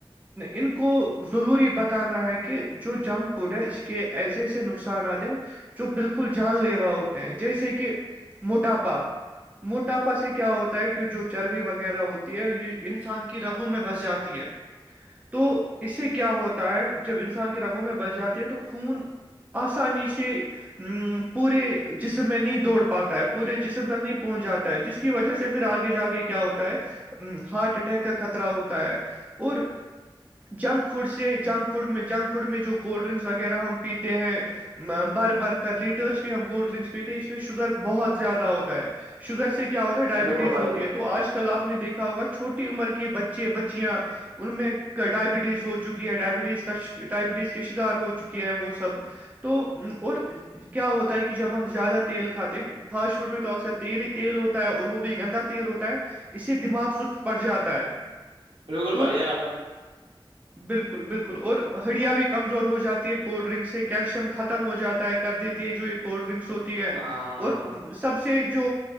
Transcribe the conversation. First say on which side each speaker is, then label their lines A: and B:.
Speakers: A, on the right; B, on the right.
A: ان کو ضروری بتانا ہے کہ جو جنک فوڈ ہے اس کے ایسے ایسے نقصانات ہیں جو بالکل جان لیوا ہوتے ہیں جیسے کہ موٹاپا موٹاپا سے کیا ہوتا ہے کی جو چربی وغیرہ ہوتی ہے یہ انسان کی رگو میں بس جاتی ہے تو اس سے کیا ہوتا ہے جب انسان کے رنگوں میں بہ ب جاتے ہیں تو خون آسانی سے پورے جسم میں نہیں دوڑ پاتا ہے پورے جسم تک نہیں پہنچ جاتا ہے جس کی وجہ سے پھر آگے جا کے کیا ہوتا ہے ہارٹ اٹیک کا خطرہ ہوتا ہے اور جنک فوڈ سے جنک فوڈ جنک فوڈ میں جو کولڈ ڈرنکس وغیرہ ہم پیتے ہیں بر بر کر لیٹرس پہ ہم کولڈ ڈرنکس پیتے ہیں اس میں شوگر بہت زیادہ ہوتا ہے شوگر سے کیا ہوتا ہے ڈائبٹیز
B: بالکل بھائی
A: ہوتی
B: جان
A: ہے تو آج ک کل آپ نے دیکھا ہوگاھوٹی عمر کے بچے بچیاں ان میں ڈائبٹیز ہو چکی ہے ڈائبٹیز کا ڈائبٹیز کے شکار ہو چکی ہے وہ سب تو اور کیا ہوتا ہے کہ جب ہم زیادہ تیل کھاتے ہیں فاسٹ فوڈ میں تو اکثر تیر ہی تیل ہوتا ہے اور وہ بھی گندا تیل ہوتا ہے اس سے دماغ سست پڑ جاتا ہے
B: بالکل بھائی
A: اور
B: یار آپ ہاں
A: بالکل بالکل اور ہڑیا بھی کمزور ہو جاتی ہے کولڈ ڈرنک سے کیلشیم ختم ہو جاتا ہے کر دیتی ہے جو ایک کولڈ ڈرنکس ہوتی ہے
B: ہاں
A: اور
B: ہاں
A: اس سب سے جو